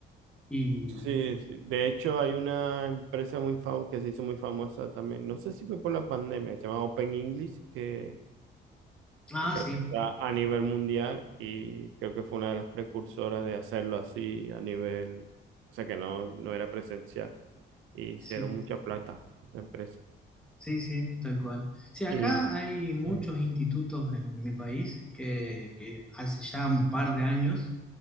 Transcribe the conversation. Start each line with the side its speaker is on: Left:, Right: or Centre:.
Centre: Y,
Right: Sí, sí. De hecho, hay una empresa muy famosa que se hizo muy famosa también. No sé si fue por la pandemia, se llama Open English, que
Centre: ah,
Right: que creo
Centre: sí,
Right: que está a nivel mundial y creo que fue una de las precursoras de hacerlo así a nivel, o sea que no, no era presencial. Y hicieron
Centre: sí,
Right: mucha plata esa empresa.
Centre: sí, sí, tal cual. Sí, acá
Right: Y
Centre: hay muchos
Right: Sí.
Centre: institutos en, mi país que, que hace ya un par de años.